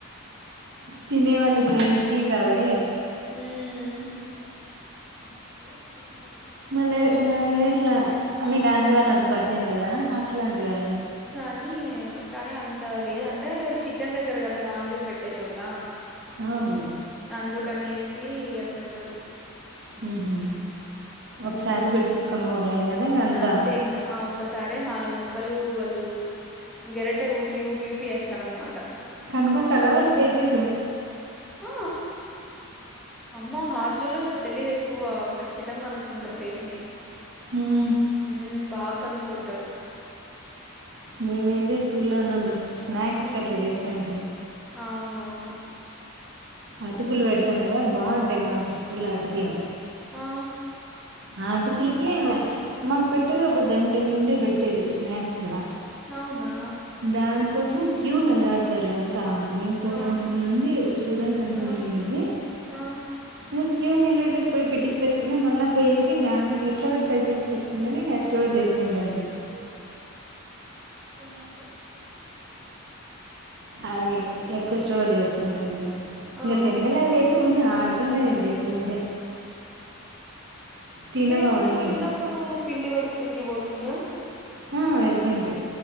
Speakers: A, on the right; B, in the centre.
A: తినే వాళ్ళకి ఏంటికి కావే
B: హ్మ్మ్
A: మళ్ళ ఎట్ల ఎయ్యట్లే అవి గాండీవాళది పర్చయం లేదా హాస్టల్ అంటి వాళ్ళు
B: కానీ కానీ అంత లేదంటే చికెన్ దగ్గర కదా నాన్ వెజ్ పెట్టే చోట
A: అవునులే
B: అందుకనేసి ది అట్టుండదు
A: ఉహు
B: హ్మ్మ్
A: ఒకసారి పెట్టించుకొని పోలేం కదా ఇంక అంతా
B: అంతే ఇంకా ఒకసారి నాలుగు ముక్కలు అళ్ళు గరటె ఊపి ఊపి ఊపి వేస్తార నమాట
A: కనుకుంటారా వాళ్ళు ఫేసేస్
B: ఆ అమ్మ హాస్టలోల్లకి తెలివి <unintelligible> ఎక్కువ ఖచ్చితంగా అనుకుంటారు ఫేస్ ని
A: ఉమ్
B: హూ బగ కుంటారు
A: మేమంది స్కూ <inaudible> స్నాక్స్
B: ఉమ్
A: కట్లా చేస్తా <inaudible>
B: అవునవును
A: అటుకులు పెడ్త్తాన్ గదా బాన్టాయ్ మా స్కూల్లో అటుకులు
B: ఆ
A: ఆ అటుకులికే మన్ పెట్టేదే
B: ఉమ్
A: ఒక గంట్ దీన్ నిండే పెట్టేది స్నాక్స్ ఆ
B: అవునా
A: దాన్ కోసం క్యూ నలడ్ తర్లెంతా మెయిన్ ఫోర్
B: ఆ
A: హండ్రెడ్ నుండి స్టూడెంట్స్ అంత
B: ఆ
A: వున్నిండేది
B: ఆ
A: ఇంగ క్యూ నిల్బడ్ లోకి పొయ్ పెట్టించుకొచ్చుకున్నా మళ్ళ పోయ్యేది ఇంగా ఎట్లోగట్ల తప్పించుకొచ్చుకునేది ఇంగ స్టోర్ చేసుకుంటాన్
B: త్రీ మంత్స్ అయ్యింది
A: అవి ఎక్కువ స్టోర్ చేసుకుంటా నేను ఇంగ
B: ఆహా
A: సెనగలవైతే ఊర్కినే ఆడ్ కొండె గెంటి ఎన్ తినవు
B: మీరు
A: అవన్నీ
B: చిన్నప్పుడు పిండి పడి స్కూల్ కి పోతుండ్రా
A: ఆ, వెళ్తుంటే